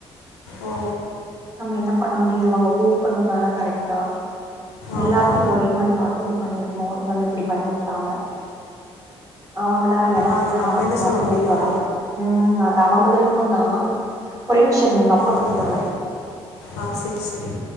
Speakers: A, on the left (about 85°); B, on the right (about 25°).
A: ஓ
B: நம்ம என்ன பண்ண முடியு இவுங்க கூப்பண்ணு தான கரெட்டா எல்லாத்தியு
A: ஆமா
B: ஒரே மாரி பாத்து இது பன்னிருக்குனு இவங்க இப்டி பண்ணி வுட்டாங்க அவங்களா
A: அது
B: ஆ
A: நம்ம
B: மாத்தி
A: என்ன
B: மாத்தி
A: சொல்ல முடியு
B: கூப்புறாங்க ம் அது அவுங்க விருப்ப தா ஒரே சர் எங்க அப்பா
A: அதுதா
B: கூப்பறாரு
A: ஆ செரி செரி